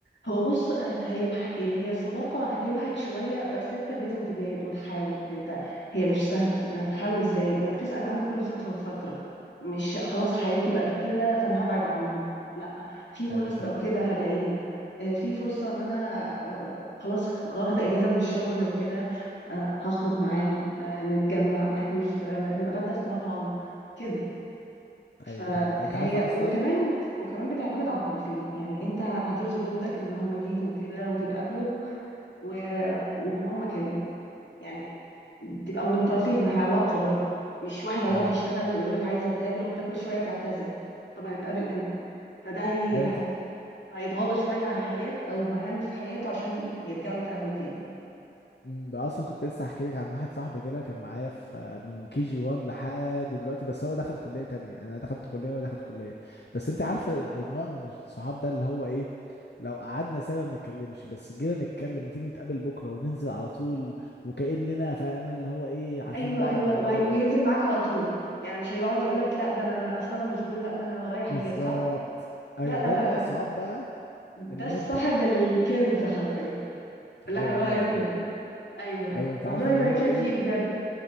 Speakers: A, on the left; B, on the left.
A: هو بص آه، هي الح- اللي هي الصداقة هتبهت شوية بس انت لازم تجاهد وتحاول انت هي مش سهلة انت هتحاول ازاي انك تسأل عنه كل فترة وفترة مش خلاص حياتي بقت كده فانا هبعد عنهم لا في مناسبة
B: ايوه فاهمك
A: او كده هدعيهم آه، في فرصة ان انا خلاص واخدة اجازة من الشغل وكده آه، هخرج معاهم آه، نتجمع ناكل في آه، نتغدى في مطعم كده فهي
B: ايوه فاهمك انت عارفه اصلا
A: وكمان وكمان بتعتمد على الطرفين يعني انت هتبذل جهدك ان هم يجوا كده وتتقابلوا و- وهم كمان يعني تبقى من الطرفين ما هي علاقة برضه مش واحد هيقعد
B: ايوه
A: يشتغل ويقول لك عايز اتقابل وانت كل شوية تعتذر طب هنتقابل امتى فده هي...
B: ايوه انت
A: هيتغاضى شوية عن حاجات او مهام في حياته عشان يرجعوا يتقابلوا تاني
B: م، بقى اصلا كنت لسه هحكي لك عن واحد صاحبي كده كان معايا في من كي جي 1 لحد دلوقتي بس هو دخل كليه تانية انا دخلت كليه وهو دخل كليه بس انت عارفه النوع من الصحاب ده اللي هو ايه لو قعدنا سنه ما بنتكلمش بس جينا نتكلم ما تيجي نتقابل بكره وننزل على طول وكاننا فاهمه اللي هو ايه عارفين
A: ايوه
B: بعض
A: ايوه
B: ب-
A: وهي... وينزل
B: ب-
A: معاك على طول يعني مش هيقعد يقول لك لا ده انا اصلا انا مشغول لا ده انا ورايا حاجات
B: بالظبط
A: صح
B: ايوه
A: لا لا
B: ده
A: لا
B: نوع
A: ده
B: الصحاب بقى
A: ده
B: الممتع
A: صاحب
B: بقى
A: الكنز حرفيا اللي
B: اه
A: احنا
B: والله
A: بنقول عليه
B: العظيم
A: كنز ايوه
B: ايوه انت
A: ربنا
B: عارفه اللي
A: يبارك
B: هو
A: لك
B: ايه
A: فيه بجد